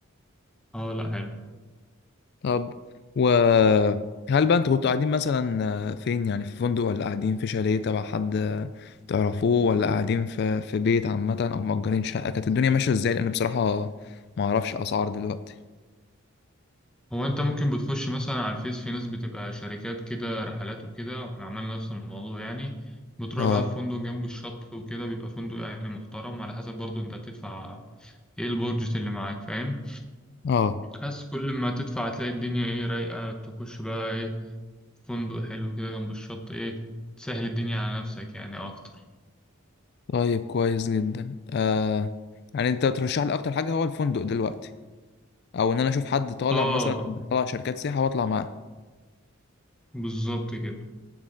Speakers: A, in the centre; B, on the left.
A: اه لا حلو
B: طب وهل بقى انتوا كنتوا قاعدين مثلا آه، فين يعني في فندق ولا قاعدين في شاليه تبع حد آه، تعرفوه ولا قاعدين في في بيت عامة او مأجرين شقة كانت الدنيا ماشية ازاي لان بصراحة ما اعرفش الاسعار دلوقتي
A: هو انت ممكن بتخش مثلا على الفيس في ناس بتبقى شركات كده رحلات وكده واحنا عملنا نفس الموضوع يعني بتروح
B: اه
A: بقى في فندق جنب الشط وكده بيبقى فندق يعني محترم على حسب برضو انت هتدفع ايه البادجت اللي معاك فاهم
B: اه
A: بس كل ما تدفع هتلاقي الدنيا ايه رايقة تخش بقى ايه فندق حلو كده جنب الشط ايه تسهل الدنيا على نفسك يعني اكتر
B: طيب كويس جدا آه يعني انت ترشح لي اكتر حاجة هو الفندق دلوقتي او ان انا اشوف حد طالع
A: اه
B: مثلا طالع شركات سياحة واطلع معاه
A: بالظبط كده